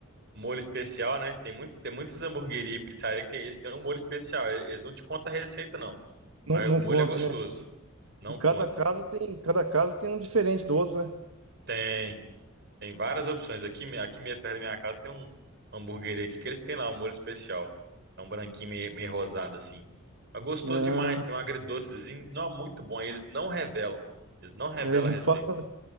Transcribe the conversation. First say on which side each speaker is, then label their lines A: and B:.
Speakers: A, on the right; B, on the right.
A: molho especial, né? Tem muito, tem muitas hamburguerias e pizzaria que tem, eles têm um molho especial. Eles não te contam a receita, não.
B: Não,
A: Mas
B: não
A: o molho
B: conta,
A: é gostoso.
B: né?
A: Não
B: E cada
A: conta.
B: casa tem, cada casa tem um diferente do outro, né?
A: Tem. Tem várias opções. Aqui, me- aqui mesmo, perto da minha casa, tem um uma hamburgueria aqui que eles têm lá um molho especial. É um branquinho meio, meio rosado, assim. Mas gostoso
B: É,
A: demais. Tem um agridocezinho. Não, muito bom. E Eles não revelam. Eles não revelam
B: né, eles não
A: a receita.
B: <laughs> falam.